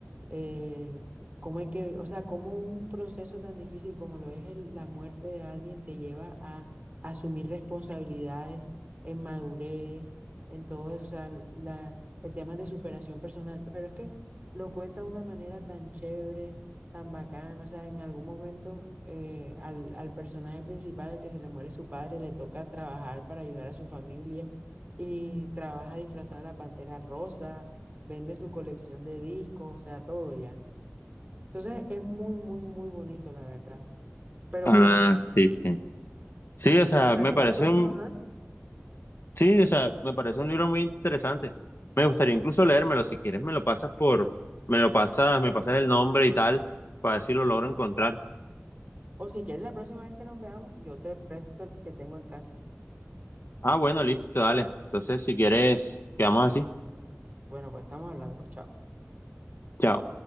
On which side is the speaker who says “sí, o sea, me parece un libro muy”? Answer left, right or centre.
Left